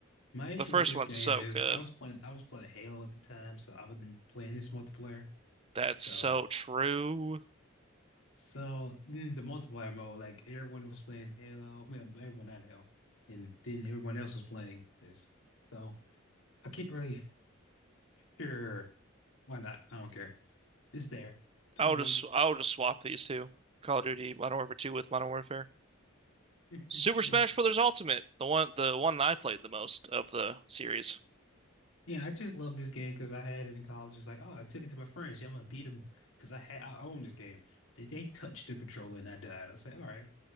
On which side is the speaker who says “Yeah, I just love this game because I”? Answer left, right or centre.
Left